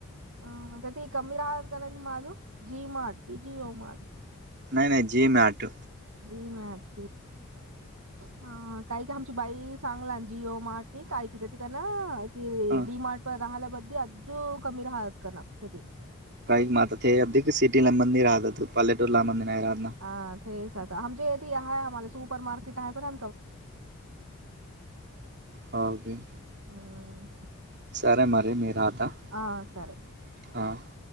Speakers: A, on the right (about 65°); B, on the right (about 50°).
A: अ ते ते कमी राहा काररा माझू जी मार्ट कि, जिओ मार्ट की
B: नाही नाही जि ए मॅट
A: जी माॅट हा काय का आमची बाई सांगला आणि जिओ माठ क काय कि त का ना <unintelligible>
B: ह काही म्हहात हे अधदी सिटीला मंदी राहतात पाल्लेटूरला मंदी नाही राह ना,
A: हा तेेच आता आमचे येथ आहेय आम्हाला सुपर मार्केट आहे पण <unintelligible>
B: हो गे
A: हम्म
B: <unintelligible>
A: हा सर